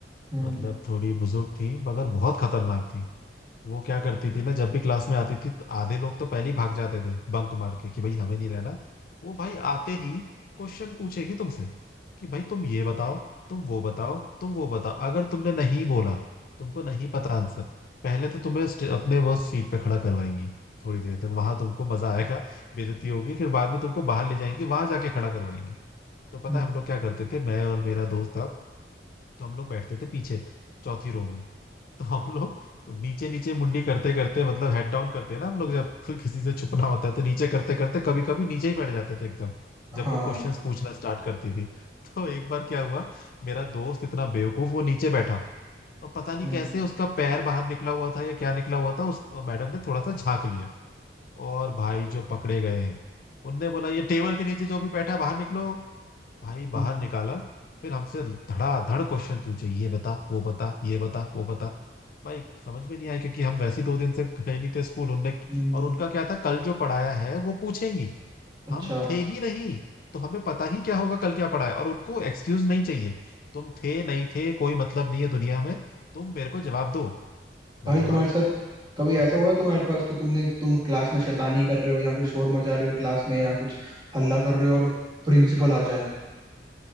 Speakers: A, on the right; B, on the left.
A: हम्म
B: मतलब थोड़ी बुजुर्ग थी मगर बहुत खतरनाक थी वो क्या करती थी ना जब भी क्लास में आती थी तो आधे लोग तो पहले ही भाग जाते थे बंक मार के कि भाई हमें नहीं रहना वो भाई आते ही क्वेश्चन पूछेगी तुमसे कि भाई तुम ये बताओ तुम वो बताओ तुम वो बताओ अगर तुमने नहीं बोला तुमको नहीं पता आंसर पहले तो तुम्हें स्ट- अपने वो सीट पे खड़ा करवाएंगी थोड़ी देर तक वहां तुमको मजा आएगा बेइज्जती होगी फिर बाद में तुमको बाहर ले जाएंगे वहां जाके खड़ा करवाएंगे तो पता
A: हम्म
B: है हम लोग क्या करते थे मैं और मेरा दोस्त था तो हम लोग बैठते थे पीछे चौथी रो में तो हम लोग नीचे नीचे मुंडी करते करते मतलब हेड डाउन करते हैं ना हम लोग जब फिर किसी से छुपना होता है तो नीचे करते करते कभी कभी नीचे ही बैठ जाते थे एकदम जब
A: हाँ
B: वो क्वेश्चंस पूछना स्टार्ट करती थी तो एक बार क्या हुआ मेरा दोस्त इतना बेवकूफ वो नीचे बैठा और पता नहीं
A: हम्म
B: कैसे उसका पैर बाहर निकला हुआ था या क्या निकला हुआ था उस मैडम ने थोड़ा सा झांक लिया और भाई जो पकड़े गए हैं उनने बोला ये टेबल के नीचे जो भी बैठा है, बाहर निकलो भाई बाहर
A: हम्म,
B: निकाला फिर हमसे धड़ाधड़ क्वेश्चन पूछे ये बता वो बता ये बता वो बता भाई समझ में नहीं आया क्योंकि हम वैसे ही दो दिन से गए नहीं थे स्कूल उनने
A: हम्म।
B: और उनका क्या था कल जो पढ़ाया है वो पूछेंगी
A: अच्छा
B: हम थे ही नहीं तो हमें पता ही क्या होगा कल क्या पढ़ा है और उनको एक्सक्यूज नहीं चाहिए तुम थे नहीं थे कोई मतलब नहीं है दुनिया में तुम मेरे को जवाब दो भाई
A: भाई
B: जवाब
A: तुम्हारे
B: ही
A: साथ
B: नहीं है कुछ
A: कभी ऐसा हुआ है तुम्हारे पास कि तुमने तुम क्लास में शैतानी कर रहे हो या फिर शोर मचा रहे हो क्लास में या कुछ हल्ला कर रहे हो और प्रिंसिपल आ जाए